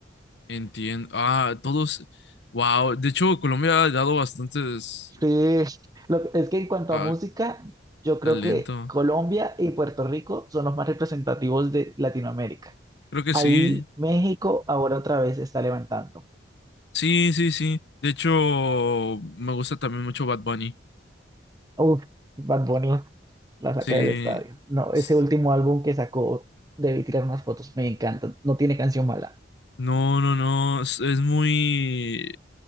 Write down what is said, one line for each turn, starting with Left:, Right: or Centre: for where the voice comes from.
Left: entiendo. Ah, todos. Wow, de hecho, Colombia ha dado bastantes
Right: Sí, lo- es que en cuanto
Left: ah,
Right: a música, yo creo
Left: talento.
Right: que Colombia y Puerto Rico son los más representativos de Latinoamérica.
Left: Creo que
Right: Ahí
Left: sí.
Right: México ahora otra vez se está levantando.
Left: Sí, sí, sí. De hecho, me gusta también mucho Bad Bunny.
Right: Uf, Bad Bunny la saca
Left: Sí.
Right: del estadio. No,
Left: S-
Right: ese último álbum que sacó, debí tirar unas fotos, me encanta. No tiene canción mala.
Left: No, no, no. Es, es muy.